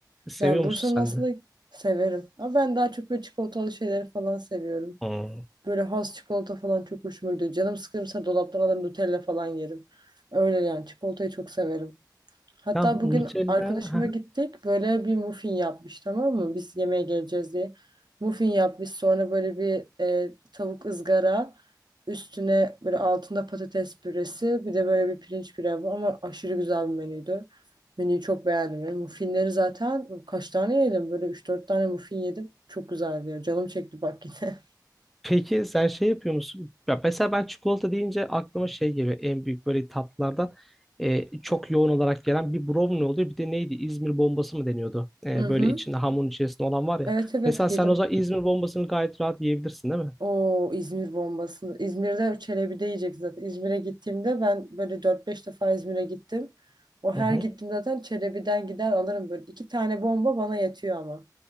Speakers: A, in the centre; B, on the right (about 80°).
A: Seviyor
B: Yani
A: musun
B: Bursa'nın
A: sen
B: aslında
A: de?
B: severim. Ama ben daha çok böyle çikolatalı şeyleri falan seviyorum.
A: Hmm.
B: Böyle has çikolata falan çok hoşuma gidiyor. Canım sıkılırsa dolaptan alır Nutella falan yerim. Öyle yani çikolatayı çok severim. Hatta
A: Ya Nutella.
B: bugün arkadaşıma
A: <laughs>
B: gittik. Böyle bir muffin yapmış tamam mı? Biz yemeğe geleceğiz diye. Muffin yapmış. Sonra böyle bir e, tavuk ızgara. Üstüne böyle altında patates püresi. Bir de böyle bir pirinç pilavı. Ama aşırı güzel bir menüydü. Menüyü çok beğendim. Yani muffinleri zaten kaç tane yedim? Böyle üç dört tane muffin yedim. Çok güzeldi ya. Canım çekti bak yine.
A: Peki sen şey yapıyor musun? Ya mesela ben çikolata deyince aklıma şey geliyor. En büyük böyle tatlılardan e, çok yoğun olarak gelen bir brownie oluyor. Bir de neydi? İzmir bombası mı deniyordu? E,
B: <laughs> Hı hı.
A: böyle içinde hamurun içerisinde olan var ya.
B: Evet evet
A: Mesela sen
B: yedim.
A: o zaman İzmir bombasını gayet rahat yiyebilirsin değil mi?
B: O İzmir bombasını. İzmir'de Çelebi yiyecek zaten. İzmir'e gittiğimde ben böyle dört beş defa İzmir'e gittim. O her
A: Hı hı.
B: gittim zaten Çelebi'den gider alırım böyle. iki tane bomba bana yetiyor ama.